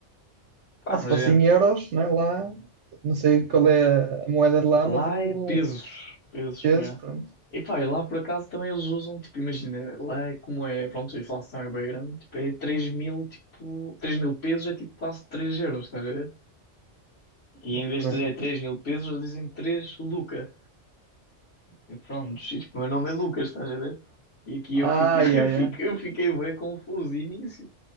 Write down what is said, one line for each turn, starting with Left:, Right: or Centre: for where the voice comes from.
Left: Pá,
Right: Não,
Left: mas
Right: se fosse
Left: é.
Right: em euros, né, lá, não sei qual é a moeda de lá,
Left: Lá
Right: mas aquilo
Left: é pesos,
Right: um
Left: pesos,
Right: peso,
Left: é.
Right: pronto.
Left: E pá, e lá por acaso também eles usam, tipo, imagina, lá é como é, pronto, a inflação é bem grande, tipo, é 3 mil, tipo, 3 mil pesos é tipo quase 3 euros, estás a ver? E em
Right: Ok.
Left: vez de dizer 3 mil pesos, eles dizem 3 lucas. E pronto, e, tipo, meu nome é Lucas, estás a ver? E aqui
Right: Ai,
Left: eu fico, <laughs> eu
Right: ai,
Left: fico,
Right: ai.
Left: eu fiquei bem confuso início.